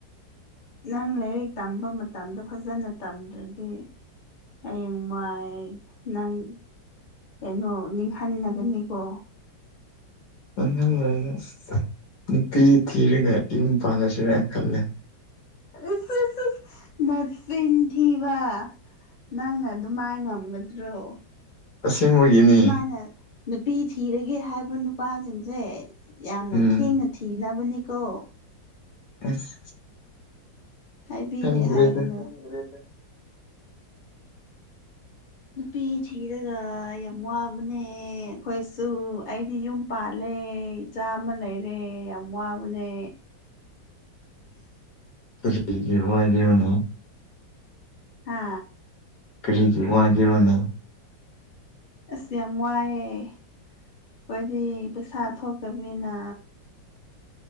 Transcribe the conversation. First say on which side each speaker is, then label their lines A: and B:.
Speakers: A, on the left (about 25°); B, on the left (about 60°).
A: ꯅꯪ ꯂꯥꯏꯔꯤꯛ ꯇꯝꯕ ꯃꯇꯝꯗ ꯐꯖꯅ ꯇꯝꯗ꯭ꯔꯗꯤ ꯍꯌꯦꯡ ꯋꯥꯏ ꯅꯪ ꯀꯩꯅꯣ ꯅꯤꯡꯍꯟꯅꯒꯅꯤꯀꯣ
B: ꯅꯤꯡꯍꯜ ꯂꫭꯏꯗ ꯑꯁ ꯅꯨꯄꯤ ꯊꯤꯔꯒ ꯌꯨꯝ ꯄꯥꯟꯜꯂꯁ ꯖꯤꫪꯥꯏꯅꯜꯂꯦ
A: ꯑꯁ ꯑꯁ ꯑꯁ ꯅꯆꯤꯟ ꯊꯤꯕ ꯅꯪꯅ ꯑꯗꯨꯃꯥꯏ ꯉꯝꯒꯗ꯭ꯔꯣ
B: ꯑꯁꯦꯡꯕꯒꯤꯅꯤ
A: ꯁꯨꯃꯥꯏꯅ ꯅꯨꯄꯤ ꯊꯤꯔꯒꯦ ꯍꯥꯏꯕ ꯅꯨꯄꯥꯁꯤꯡꯁꯦ ꯌꯥꯝꯅ
B: ꯎꯝ
A: ꯊꯦꯡꯅ ꯊꯤꯅꯕꯅꯤ ꯀꯣ
B: ꯑꯁ
A: ꯍꯥꯏꯕꯤꯗ‌ꯦ
B: ꯈꯪꯗ꯭ꯔꯦꯗ
A: ꯍꯥꯏꯒꯅꯨ ꯈꯪꯗꫪ‌ꯦꯗ
B: <inaudible>
A: ꯅꯨꯄꯤ ꯊꯤꯔꯒ ꯌꯥꯝ ꯋꯥꯕꯅꯦ ꯑꯩꯈꯣꯏꯁꯨ ꯑꯩꯗꯤ ꯌꯨꯝ ꯄꯥꯜꯂꯦ ꯑ‌ꯦ ꯏꯆꯥ ꯑꯃ ꯂꯩꯔꯦ ꯌꯥꯝ ꯋꯥꯕꯅꯦ
B: ꯀꫪꯤꯒꯤ ꯋꯥꯏꫪꯤꯕꯅꫭ
A: ꯍ
B: ꯀꯔꯤꯒꯤ ꯋꯥꯏꯒꯤꯕꯅꫭ
A: ꯑꯁ ꯌꯥꯝ ꯋꯥꯥꯏꯌꯦ ꯑꯩꯈꫭꯗꯤ ꯄꯩꯁꯥ ꯊꯣꯛꯇꯕꯅꯤꯅ